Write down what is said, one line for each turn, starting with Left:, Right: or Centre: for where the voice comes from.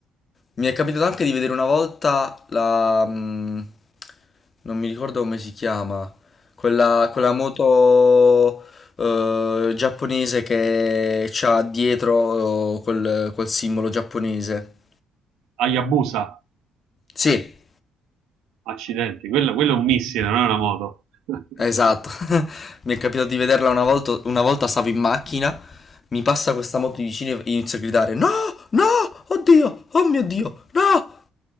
Left: Mi è capitato anche di vedere una volta la... mm, non mi ricordo come si chiama, quella, quella moto eh, giapponese che c'ha dietro eh, quel, quel simbolo giapponese.
Right: Hayabusa,
Left: Sì.
Right: accidenti, quello, quello è un missile, non è una moto. <laughs>
Left: Esatto, <laughs> mi è capitato di vederla una volta, una volta stavo in macchina, mi passa questa moto di vicino e inizio a gridare No, no, oddio, oh mio Dio, no!